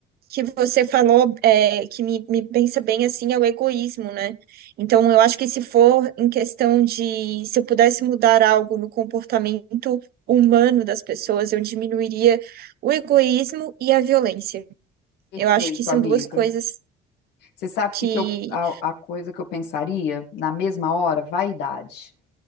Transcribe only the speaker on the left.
<laughs> Perfeito,
amiga.
Você sabe
o que que eu, a, a coisa que eu pensaria na mesma hora? Vaidade.